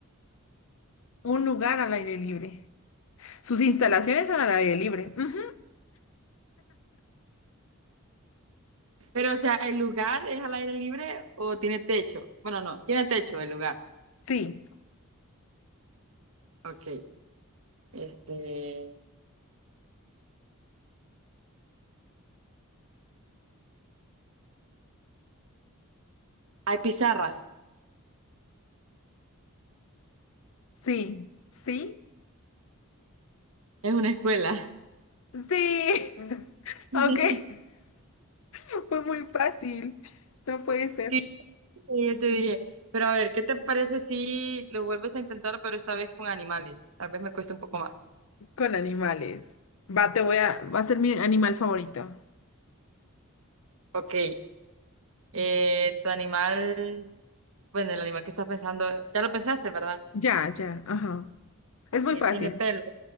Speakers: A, on the left; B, on the right.
A: Un lugar al aire libre. Sus instalaciones son al aire libre. Ujú,
B: Pero, o sea, ¿el lugar es al aire libre o tiene techo? Bueno, no, tiene techo el lugar,
A: Sí,
B: ok. Este, hay pizarras,
A: sí, sí.
B: es una escuela.
A: Sí, Mm. <laughs>
B: <laughs>
A: aunque <laughs> fue muy fácil. No puede ser.
B: Sí, sí, yo te dije. Pero a ver, ¿qué te parece si lo vuelves a intentar, pero esta vez con animales? Tal vez me cueste un poco más.
A: Con animales. Va, te voy a... Va a ser mi animal favorito.
B: Ok, eh, tu animal, bueno, el animal que estás pensando, ya lo pensaste, ¿verdad?
A: Ya, ya, ajá. Es muy
B: Eh,
A: fácil.
B: tiene pelo.